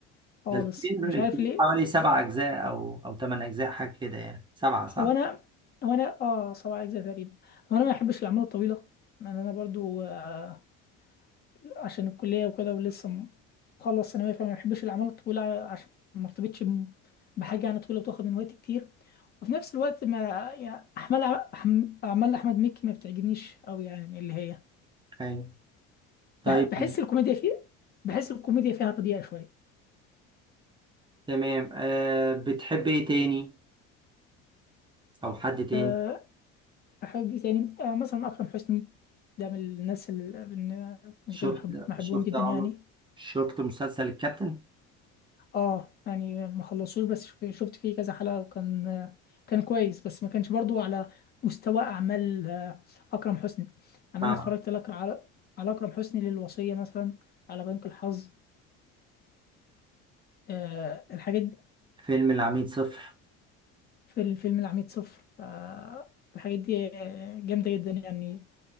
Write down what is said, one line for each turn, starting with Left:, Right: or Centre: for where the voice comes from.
Left: خالص
Right: ده الكبير
Left: مش
Right: الكبير
Left: عارف ليه
Right: حوالي سبع اجزاء او او ثمان اجزاء حاجة كده يعني سبعة صح؟
Left: هو انا هو انا اه سبع اجزاء تقريبا هو انا ما بحبش الاعمال الطويله لان انا برضو آه عشان الكليه وكده ولسه م- مخلص ثانويه فما بحبش الاعمال الطويله عشان ما ارتبطش ب- بحاجه يعني طويله وتاخد من وقتي كتير وفي نفس الوقت ما يعني اعمال أح- اعمال احمد مكي ما بتعجبنيش قوي يعني اللي هي
Right: أيوة. طيب
Left: بح- بحس الكوميديا فيه بحس الكوميديا فيها رديئه شويه
Right: تمام أه بتحب ايه تاني او حد تاني
Left: آه، أحب إيه تاني آه مثلا أكرم حسني ده من الناس اللي بالنسبة
Right: شفت
Left: لي بحب بحبهم
Right: شفت
Left: جدا
Right: عمرو
Left: يعني
Right: شفت مسلسل الكابتن
Left: آه يعني ما خلصوش بس شف- شفت فيه كذا حلقة كان آه، كان كويس بس ما كانش برضو على مستوى أعمال آه، أكرم حسني يعني
Right: آه.
Left: أنا اتفرجت لك على على أكرم حسني للوصية مثلا على بنك الحظ آه الحاجات دي
Right: فيلم العميد صفر
Left: في الفيلم العميد صفر آه الحاجات دي آه، جامدة جدا يعني